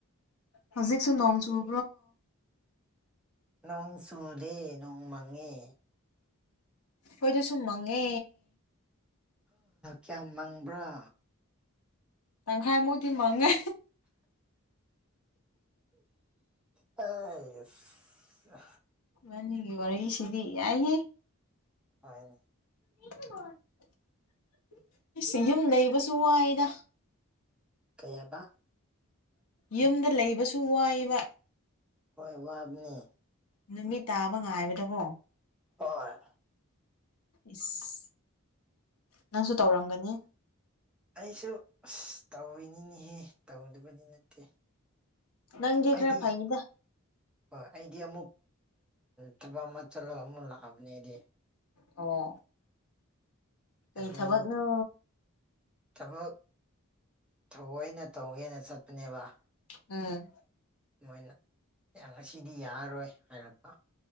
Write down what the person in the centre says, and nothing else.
ꯅꯣꯡ ꯆꯨꯗꯦ ꯅꯣꯡ ꯃꯪꯉꯦ
ꯀꯌꯥꯝ ꯃꯪꯕ꯭ꯔꯥ
ꯑ ꯑ
ꯇꯅꯦ
ꯀꯩ ꯍꯥꯏꯕ
ꯍꯣꯏ ꯋꯥꯕꯅꯦ
ꯍꯣꯏ
ꯑꯩꯁꯨ ꯑꯁ ꯇꯧꯤꯅꯤꯅꯤꯍꯦ ꯇꯧꯗꯕꯗꯤ ꯅꯠꯇꯦ
ꯑꯩꯗꯤ
ꯍꯣꯏ ꯑꯩꯗꯤ ꯑꯃꯨꯛ ꯊꯕꯛ ꯑꯃ ꯆꯠꯂꯒ ꯑꯃꯨꯛ ꯂꯥꯛꯑꯕꯅꯦ ꯑꯩꯗꯤ
ꯑꯗꯨ
ꯊꯕꯛ ꯊꯑꯣꯏꯅ ꯇꯧꯒꯦꯅ ꯆꯠꯄꯅꯦꯕ
ꯃꯣꯏꯅ ꯉꯁꯤꯗꯤ ꯌꯥꯔꯔꯣꯏ ꯍꯥꯏꯔꯛꯄ